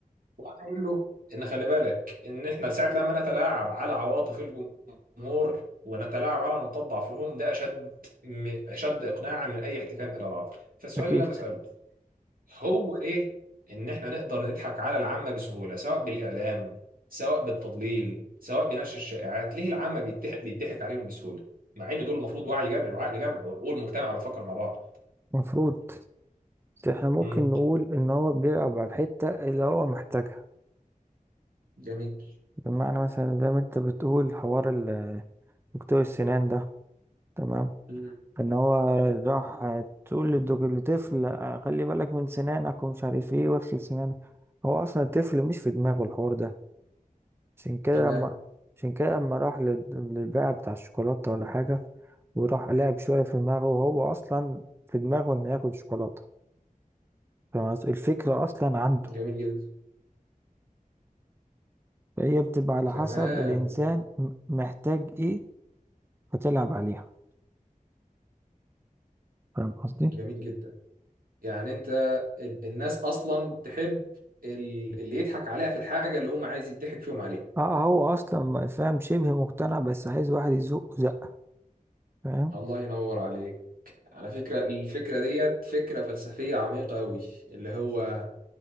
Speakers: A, on the right; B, on the right.
A: وهقول له ان خلي بالك ان احنا ساعه لما نتلاعب على عواطف الجمهور ونتلاعب على نقاط ضعفهم ده اشد م- اشد اقناعا من اي احتكام الى العقل فالسؤال
B: أكيد
A: اللي انا بساله هو ليه ان احنا نقدر نضحك على العامه بسهوله سواء بالاعلام سواء بالتضليل سواء بنشر الشائعات ليه العامه بيضحك بيضحك عليهم بسهوله مع ان دول المفروض وعي جمعي وعقل جمعي والمجتمع بتفكر مع بعض
B: مفروض بس احنا ممكن
A: امم
B: نقول إن هو بيلعب على الحتة اللي هو محتاجها
A: جميل
B: بمعنى مثلا زي ما أنت بتقول حوار ال- دكتور السنان ده تمام
A: امم
B: إن هو راح تقول للدك- للطفل آه، خلي بالك من سنانك ومش عارف إيه واغسل سنانك هو أصلا الطفل مش في دماغه الحوار ده عشان كده
A: تمام
B: لما عشان كده لما راح لل- للبائع بتاع الشوكولاتة ولا حاجة وراح لعب شوية في دماغه وهو أصلا في دماغه إنه ياكل شوكولاتة فاهم قصدي؟ الفكرة أصلا عنده
A: جميل جدا
B: فهي بتبقى على
A: تمام
B: حسب الإنسان م- محتاج إيه فتلعب عليها فاهم قصدي؟
A: جميل جدا يعني انت ال- الناس اصلا تحب ال- اللي يضحك عليها في الحاجه اللي هم عايز يضحك فيهم عليها
B: اه هو أصلا ما- فاهم شبه مقتنع بس عايز واحد يزقه زقة فاهم؟
A: الله ينور عليك على فكره الفكره ديت فكره فلسفيه عميقه قوي اللي هو